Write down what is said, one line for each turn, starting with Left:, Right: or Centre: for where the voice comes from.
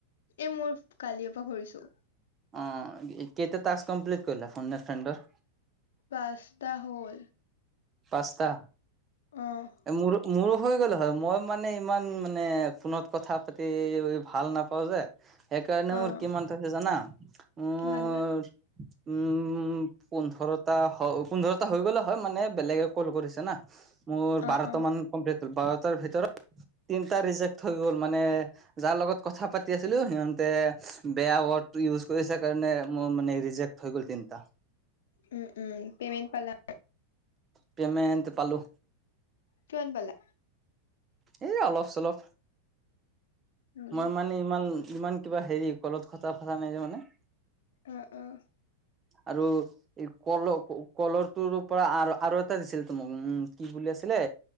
Left: এই মোৰ কালিৰ পৰা কৰিছোঁ।
Right: অ' কেইটা টাস্ক কমপ্লিট কৰিলা ফোন এ ফ্ৰেণ্ডৰ?
Left: পাঁচটা হ'ল।
Right: পাঁচটা?
Left: অ'
Right: মোৰো-মোৰো হৈ গ'ল হয় মই মানে ইমান মানে ফোনত কথা পাতি ভাল নাপাওঁ যে। সেইকাৰণে
Left: অ',
Right: মোৰ কিমান হৈছে জানা, মোৰ
Left: কিমানটা?
Right: উম পোন্ধৰটা হয় পোন্ধৰটা হৈ গ'লে হয় মানে বেলেগে কল কৰিছে না। মোৰ
Left: অ',
Right: বাৰটা
Left: অ',
Right: মান কমপ্লিট বাৰটাৰ ভিতৰত তিনটা ৰিজেক্ট হৈ গ'ল মানে যাৰ লগত কথা পাতি আছা কৰিছিলোঁ সিহঁতে বেয়া ৱৰ্ড ইউজ কৰিছে কাৰণে মোৰ মানে ৰিজেক্ট হৈ গ'ল তিনিটা।
Left: উম, উম, পেমেণ্ট পালা?
Right: পেমেণ্ট পালোঁ।
Left: কিমান পালা?
Right: এ অলপ চলপ
Left: উম,
Right: মই মানে ইমান ইমান কিবা হেৰি কলত কথা পাতা নাই যে মানে।
Left: উম, উম।
Right: আৰু এই কলৰ কলৰটোৰ পৰা আৰু আৰু এটা দিছিলে তো মোক উম কি বুলি আছিলে